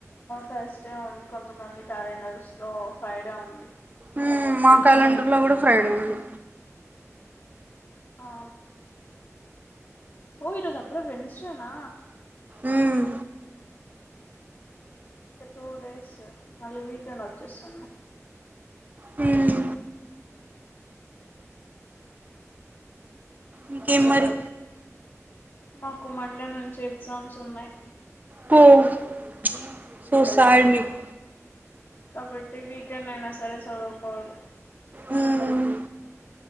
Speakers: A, on the left; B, on the right.
A: థర్స్డే ఉంది కొంతమంది క్యాలెండర్స్ లో ఫ్రైడే ఉంది
B: మ్మ్ మా క్యాలెండర్ లో కూడా ఫ్రైడే ఉంది
A: ఆ ఓ ఈరోజప్పుడే వెన్ స్డేనా
B: ఉమ్
A: మ్మ్ ఇంక టూ డేస్ మళ్ళీ వీకెండ్ వత్ చేస్సున్నా
B: హ్మ్ ఇంకేంమరి
A: మాకు మండే నుంచి ఎగ్ గ్జామ్స్ ఉన్నాయ్
B: కోవ్ ప్చ్ సో సాడ్ మీకు
A: కాబట్టి వీకెండ్ అయినా సరే చదువుకోవాలి
B: మ్మ్